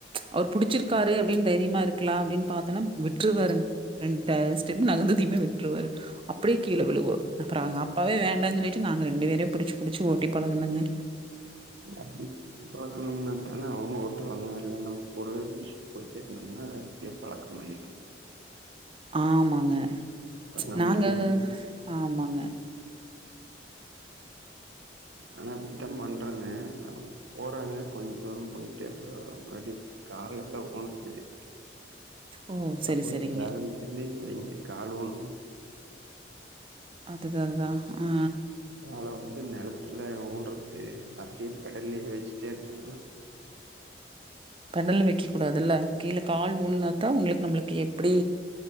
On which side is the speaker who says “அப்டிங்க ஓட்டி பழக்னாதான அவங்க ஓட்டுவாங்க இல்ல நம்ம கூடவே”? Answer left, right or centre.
Right